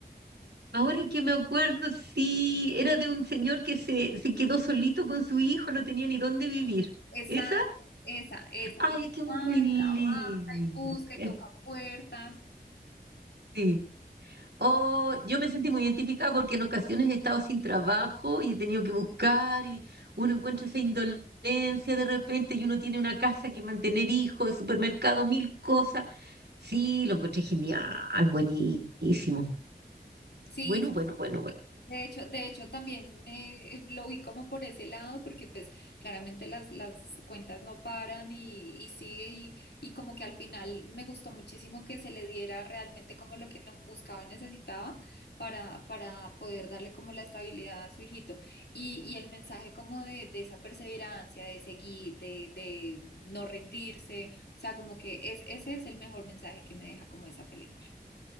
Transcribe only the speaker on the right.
Ahora que me acuerdo, sí, era de un señor que se, se quedó solito con su hijo, no tenía ni dónde vivir.
¿Esa?
Ay,
es que es
muy linda.
Eh,
Sí. Oh, yo me sentí muy identificada porque en ocasiones he estado sin trabajo y he tenido que buscar y uno encuentra esa indolencia de repente y uno tiene una casa que mantener, hijos, supermercado, mil cosas. Sí, lo encontré genial, buenísimo.
Bueno,
bueno, bueno, bueno.